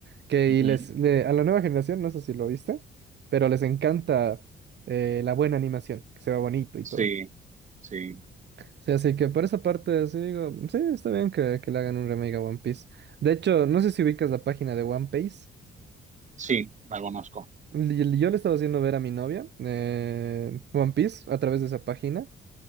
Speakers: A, on the right; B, on the right.
A: que
B: ujú.
A: y les le- a la nueva generación, no sé si lo viste, pero les encanta eh, la buena animación, que se ve bonito y
B: Sí,
A: todo.
B: sí,
A: Sí, así que por esa parte sí digo, sí, está bien que, que le hagan un remake a One Piece. De hecho, no sé si ubicas la página de One Piece.
B: sí, la conozco.
A: Li- Yo le estaba haciendo ver a mi novia eh, One Piece a través de esa página.